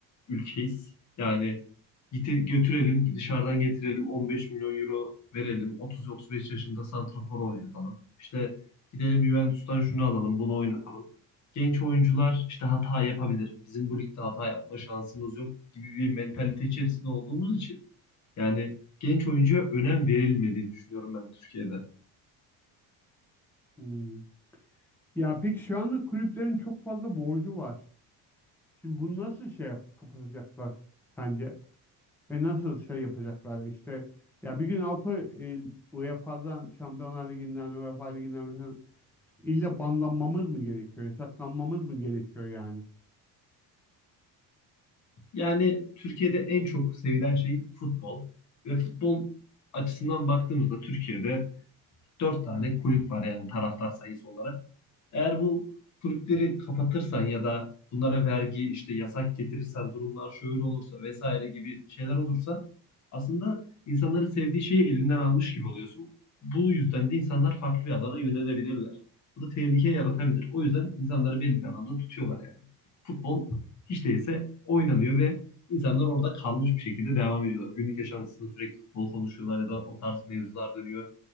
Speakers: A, on the left; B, in the centre.
A: ülkeyiz. Yani gite, götürelim, dışarıdan getirelim, 15 milyon euro verelim, 30-35 yaşında santrafor oynatalım. İşte gidelim Juventus'tan şunu alalım, bunu oynatalım. Genç oyuncular
B: Hı hı.
A: işte hata yapabilir. Bizim bu ligde hata yapma şansımız yok gibi bir mentalite içerisinde olduğumuz için yani genç oyuncuya önem verilmediğini düşünüyorum ben Türkiye'de.
B: Hmm. Ya peki şu anda kulüplerin çok fazla borcu var. Şimdi bunu nasıl şey yap- kapatacaklar sence? Ve nasıl şey yapacaklar işte ya bir gün Avrupa e, UEFA'dan, Şampiyonlar Ligi'nden, UEFA Ligi'nden mesela illa banlanmamız mı gerekiyor? Yasaklanmamız mı gerekiyor yani?
A: Yani Türkiye'de en çok sevilen şey futbol. Ve futbol açısından baktığımızda Türkiye'de Dört tane kulüp var yani taraftar sayısı olarak. Eğer bu kulüpleri kapatırsan ya da bunlara vergi işte yasak getirirsen durumlar şöyle olursa vesaire gibi şeyler olursa aslında insanların sevdiği şeyi elinden almış gibi oluyorsun. Bu yüzden de insanlar farklı bir alana yönelebilirler. Bu da tehlike yaratabilir. O yüzden insanları belli bir alanda tutuyorlar yani. Futbol hiç değilse oynanıyor ve insanlar orada kalmış bir şekilde devam ediyorlar. Günlük yaşantısında sürekli futbol konuşuyorlar ya da o tarz mevzular dönüyor